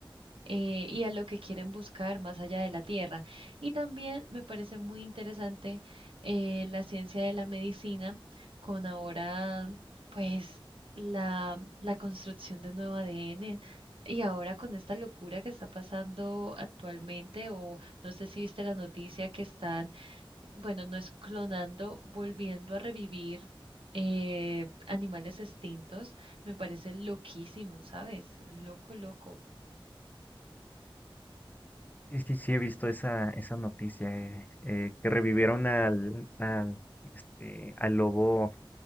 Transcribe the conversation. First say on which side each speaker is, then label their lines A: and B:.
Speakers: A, on the right; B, on the left.
A: eh, y a lo que quieren buscar más allá de la Tierra. Y también me parece muy interesante eh, la ciencia de la medicina con ahora, pues, la, la construcción de nuevo ADN. Y ahora con esta locura que está pasando actualmente, o no sé si viste la noticia que están, bueno, no es clonando, volviendo a revivir eh, animales extintos, me parece loquísimo, ¿sabes? Loco, loco.
B: Sí, sí, sí, he visto esa, esa noticia, eh, eh, que revivieron al, al, este, al lobo